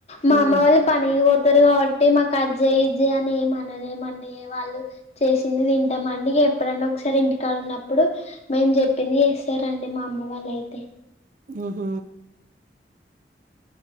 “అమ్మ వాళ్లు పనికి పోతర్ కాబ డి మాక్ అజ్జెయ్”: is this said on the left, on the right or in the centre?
Left